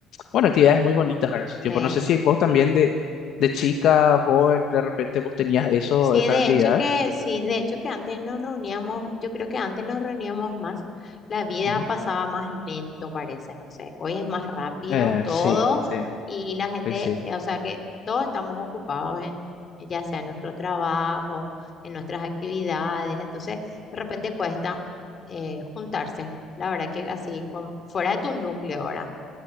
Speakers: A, on the left; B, on the left.
A: bueno, actividades muy bonitas, ¿verdad? En su tiempo.
B: sí.
A: No sé si vos también de, de chica, joven, de repente vos tenías eso,
B: Sí,
A: esas
B: de
A: actividades.
B: hecho que, sí, de hecho que antes nos reuníamos, yo creo que antes nos reuníamos más, la vida
A: Ujú.
B: pasaba más lento, parece, no sé. Hoy es más rápido
A: Eh,
B: todo
A: sí, sí,
B: y la gente,
A: coincido.
B: eh, o sea que todos estamos ocupados en, ya sea en nuestro trabajo, en nuestras actividades, entonces de repente cuesta eh, juntarse, la verdad que así, con, fuera de tu núcleo ahora.